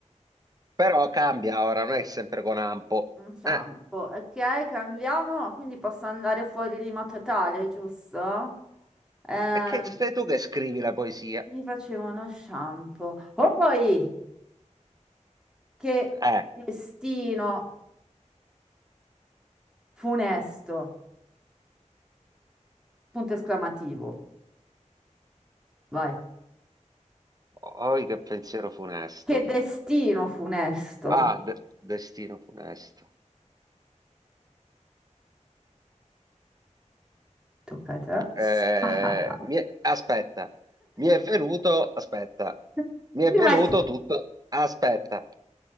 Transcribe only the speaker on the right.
Però cambia ora, non è sempre con ampo.
eh.
E che sei tu che scrivi la poesia?
Eh,
oi che pensiero funesto.
Ah, de- destino funesto.
Eh,
mi è- aspetta, mi è venuto, aspetta,
mi è
venuto
tutto, aspetta,